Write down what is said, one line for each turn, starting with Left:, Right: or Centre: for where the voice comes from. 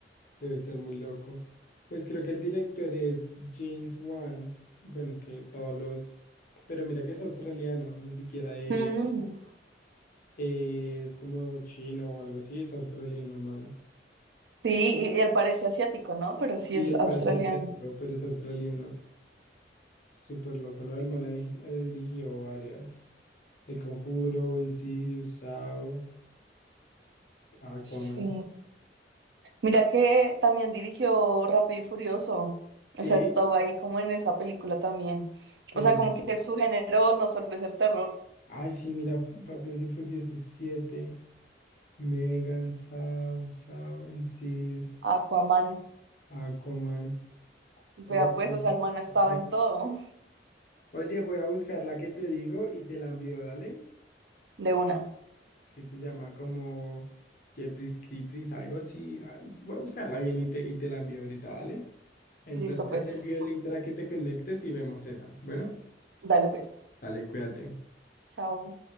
Left: Debe ser muy loco. Pues creo que el director es James Wan. Bueno, es que todos los... Pero mira que es australiano, ni siquiera es,
Right: mm.
Left: es como chino o algo así, es australiano el man.
Right: Sí, y, y él parece asiático, ¿no? Pero sí
Left: Y
Right: es
Left: él
Right: australiano.
Left: parece asiático, pero es australiano. Súper loco, ¿no? El man ha di- ha dirigido varias. El Conjuro, Insidious, Saw, Aquaman.
Right: Sí. Mira que también dirigió Rápido y Furioso.
Left: Sí.
Right: O sea, estuvo ahí como en esa película también.
Left: El...
Right: O sea, como que su género no solo es el terror.
Left: Ay, sí, mira, F- Rápidos y Furiosos siete, Megan, Saw, Saw, Insidious.
Right: Aquaman.
Left: Aquaman.
Right: Vea
Left: Oye,
Right: pues,
Left: no,
Right: o sea, el man ha estado
Left: pues
Right: en todo.
Left: Oye, voy a buscar la que te digo y te la envío, dale.
Right: De una.
Left: Es que se llama como Jepris Creepers, algo así. Ah, Voy a buscarla bien y te, y te la envío ahorita, dale. Entonces
Right: Listo pues.
Left: ya te envío el link para que te conectes y vemos esa. Bueno,
Right: Dale pues.
Left: dale, cuídate.
Right: Chao.